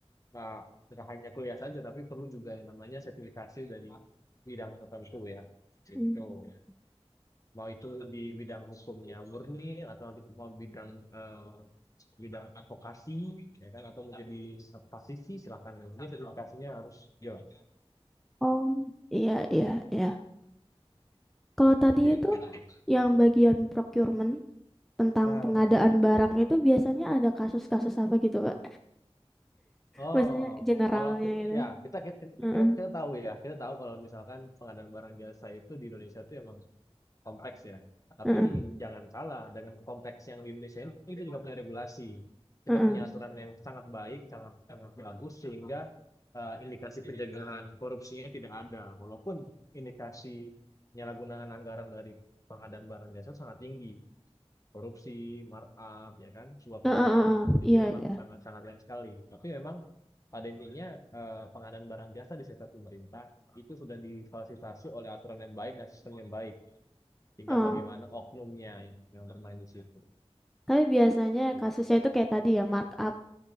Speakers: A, on the left; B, in the centre.
A: Nah, nggak hanya kuliah saja, tapi perlu juga yang namanya sertifikasi dari bidang tertentu ya. Gitu.
B: Mm.
A: Mau itu di bidang hukumnya murni atau di- mau bidang eh, bidang advokasi ya kan atau menjadi praktisi silakan. Yang penting sertifikasinya harus jelas.
B: Oh, iya iya iya. Kalau tadi
A: Gitu.
B: itu yang bagian procurement tentang
A: Nah,
B: pengadaan barang itu biasanya ada kasus-kasus apa gitu, Pak?
A: oh,
B: Maksudnya generalnya
A: kalau
B: gitu.
A: ya kita kita,
B: Heeh,
A: kita kita tahu ya, kita tahu kalau misalkan pengadaan barang jasa itu di Indonesia itu emang kompleks ya. Tapi
B: heeh,
A: jangan salah, dengan kompleks yang di Indonesia ini kita juga punya regulasi. Kita
B: heeh.
A: punya aturan yang sangat baik, sangat sangat bagus sehingga eh, indikasi pencegahan korupsinya tidak ada. Walaupun indikasi penyalahgunaan anggaran dari pengadaan barang jasa sangat tinggi, korupsi, markup, ya kan, suap
B: Heeh,
A: menyuap.
B: heeh, heeh.
A: Jadi
B: Iya,
A: memang
B: iya.
A: sangat sangat banyak sekali. Tapi memang pada intinya eh, pengadaan barang jasa di sektor pemerintah itu sudah difasilitasi oleh aturan yang baik dan sistem yang baik tinggal
B: oh
A: bagaimana oknumnya yang, yang bermain di situ
B: tapi biasanya
A: gitu.
B: kasusnya itu kayak tadi ya markup